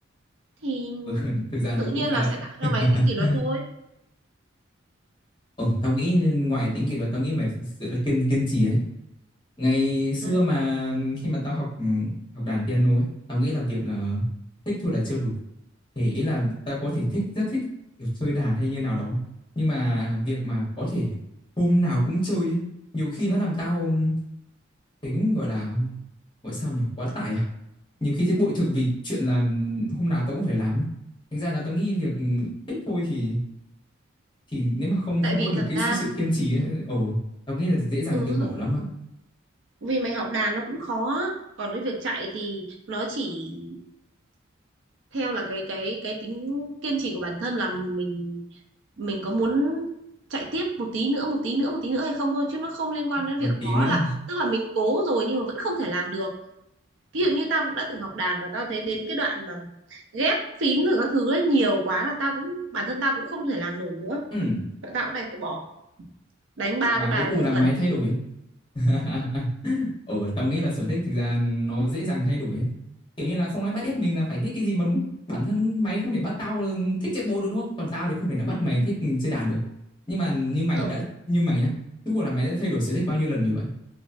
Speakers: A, on the right (about 70°); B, on the left (about 25°).
A: thì
B: Ừ, <laughs> thực ra nó
A: tự
B: cũng
A: nhiên
B: khá
A: là
B: là
A: sẽ
B: khác.
A: tạo cho
B: <laughs>
A: mày cái tính kỷ luật thôi.
B: Ồ, tao nghĩ ngoài tính kỷ luật, tao nghĩ mày thực sự là kiên kiên trì đấy. Ngày xưa
A: Ừ.
B: mà khi mà tao học ừ, học đàn piano ấy, tao nghĩ là việc ờ, thích thôi là chưa đủ. Thì ý là tao có thể thích rất thích kiểu chơi đàn hay như nào đó, nhưng mà việc mà có thể hôm nào cũng chơi ấy, nhiều khi nó làm tao ừm, thấy cũng gọi là gọi sao nhỉ, quá tải à. Nhiều khi thấy bội thực vì chuyện là ừm, hôm nào tao cũng phải làm á. Thành ra là tao nghĩ việc ừm, thích thôi thì thì nếu mà không
A: Tại
B: không
A: vì
B: có được
A: thật
B: cái
A: ra
B: sự, sự kiên trì ấy, ồ, tao nghĩ là dễ dàng
A: ừ,
B: từ bỏ lắm á.
A: vì mày học đàn nó cũng khó, á. còn cái việc chạy thì nó chỉ theo là cái cái cái tính kiên trì của bản thân là mình mình có muốn chạy tiếp một tí nữa một tí nữa một tí nữa hay không thôi chứ nó không liên quan đến
B: Một
A: việc
B: tí
A: khó
B: nữa.
A: là tức là mình cố rồi nhưng mà vẫn không thể làm được ví dụ như tao cũng đã từng học đàn và tao thấy đến cái đoạn mà ghép phím rồi các thứ ấy nhiều quá là tao cũng bản thân tao cũng không thể làm nổi nữa
B: Ừ.
A: tao cũng đành phải bỏ đánh ba
B: và
A: cái bài
B: cuối cùng
A: vớ
B: là
A: vẩn
B: mày thay đổi <laughs> ồ tao nghĩ là sở thích thực ra nó dễ dàng thay đổi ấy. kiểu như là không ai bắt ép mình là phải thích cái gì mà đúng không bản thân mày không thể bắt tao thích chạy bộ được đúng không còn tao thì không thể nào bắt mày thích chơi đàn được nhưng mà như mày
A: ừ.
B: đã như mày nhá rốt cuộc là mày đã thay đổi sở thích bao nhiêu lần rồi vậy